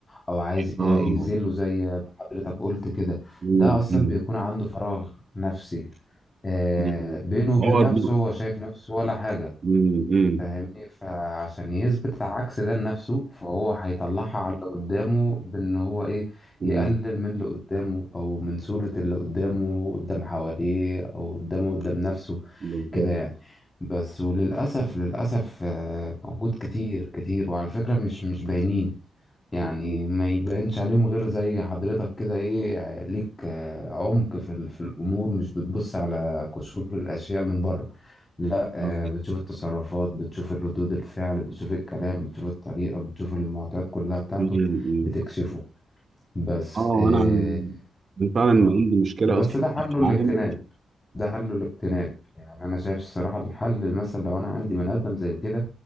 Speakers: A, on the left (about 30°); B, on the right (about 50°).
A: او عايز
B: اه
A: يذله زي ما حضرتك قلت كده
B: مم.
A: ده اصلا
B: مم.
A: بيكون عنده فراغ نفسي آه،
B: مم.
A: بينه وبين
B: عقد
A: نفسه هو شايف نفسه ولا حاجة
B: مم. مم. مم.
A: فاهمني فعشان يثبت عكس ده لنفسه فهو هيطلعها على اللي قدامه بان هو ايه
B: مم.
A: يقلل من اللي قدامه او من صورة اللي قدامه قدام حواليه او قدامه قدام نفسه
B: بالظبط
A: كده يعني بس وللأسف للأسف آه، موجود كتير كتير وعلى فكرة مش مش باينين يعني
B: مم.
A: ما يبانش عليهم غير زي حضرتك كده ايه آه، ليك آه، عمق في ال- في الأمور مش بتبص على قشور الأشياء من بره لا آه،
B: مم.
A: بتشوف التصرفات بتشوف الردود الفعل بتشوف الكلام بتشوف الطريقة بتشوف المعطيات كلها بتاعته
B: مم.
A: بتكشفه بس
B: اه
A: اه
B: انا انا فعلا
A: آه.
B: عندي مشكله
A: ده بس
B: اصلا
A: ده حله
B: في التعامل
A: الاجتناب ده حل الاجتناب يعني انا شايف الصراحه الحل مثلا لو انا عندي من ادم زي كده